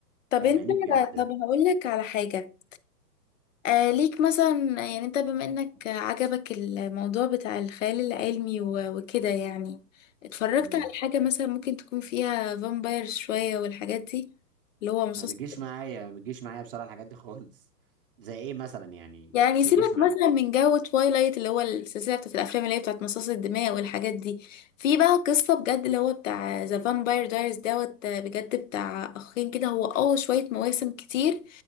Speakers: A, on the left; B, on the right.
A: طب
B: فاهماني
A: انت
B: بجد
A: طب هقول لك على حاجة آه ليك مثلا يعني انت بما انك عجبك الموضوع بتاع الخيال العلمي و- وكده يعني اتفرجت
B: امم
A: على حاجة مثلا ممكن تكون فيها فامبايرز شوية والحاجات دي اللي هو مصاص
B: ما بيجيش معايا ما بيجيش معايا بصراحة الحاجات دي خالص زي ايه مثلا يعني
A: يعني
B: بس
A: سيبك
B: ما بيجيش معايا
A: مثلا من جو تويلايت اللي هو السلسله بتاعت الافلام اللي هي بتاعت مصاص الدماء والحاجات دي في بقى قصه بجد اللي هو بتاع ذا فامباير دايرز دوت بجد بتاع اخين كده هو اه شويه مواسم كتير